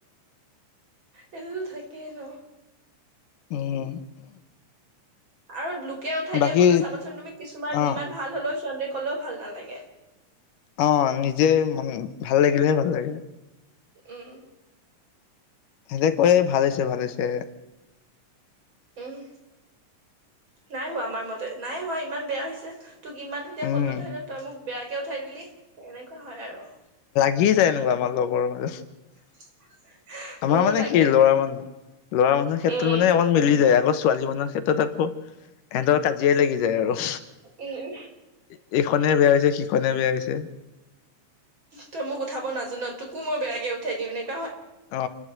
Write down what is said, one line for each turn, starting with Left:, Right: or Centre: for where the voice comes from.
Right: এইটোতো থাকেই ন।
Left: উম।
Right: আৰু লোকে উঠাই
Left: বাকী
Right: দিয়া ফটো চাবচোন তুমি কিছুমান
Left: অ
Right: যিমান ভাল হলেও সিহন্দে ক'লেও ভাল নালাগে।
Left: অ নিজে ভাল লাগিলেহে ভাল লাগে।
Right: উম।
Left: এনে কয় ভালহৈছে ভালহৈছে।
Right: উম নাই হোৱা আমাৰ মতে, নাই হোৱা ইমান বেয়া হৈছে। তোক ইমান ধুনিয়া
Left: উম
Right: ফটো উঠাই, তই মোক বেয়াকে উঠাই দিলি। এনেকুৱা হয় আৰু।
Left: কি যায় এনিও আমাৰ লগত। <unintelligible>
Right: <unintelligible>
Left: আমাৰ
Right: মোৰো
Left: মানে
Right: লাগে
Left: কি ল'ৰা মানুহ, ল'ৰা মানুহৰ ক্ষেত্ৰত
Right: উম।
Left: মানে অকমান মিলি যায়। আকৌ ছোৱালী মানুহৰ ক্ষে এ তই তাত হ এনদ কাজিয়াই লাগি যায় আৰু।
Right: উম।
Left: এইখনে বেয়া হৈছে, সিখনে বেয়া হৈছে। এ
Right: তই মোক উঠাব নাজান, তোকো মই বেয়াকে উঠাই দিম। এনে -
Left: অ